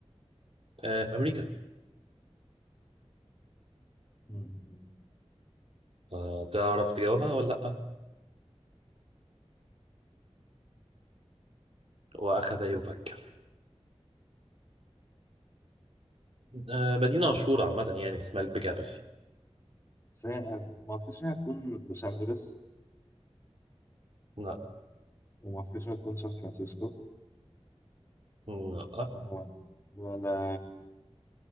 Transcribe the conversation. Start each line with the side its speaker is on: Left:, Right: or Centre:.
Right: آه في أمريكا
Left: مم.
Right: آه تعرف تجاوبها ولا لأ؟ وأخذ يفكر آه مدينة مشهورة عامة يعني اسمها البيج أبل
Left: بس هي- ما اعتقدش انها هتكون لوس انجلوس
Right: لا
Left: وما اعتقدش انها هتكون سان فرانسيسكو
Right: لا
Left: و- ولا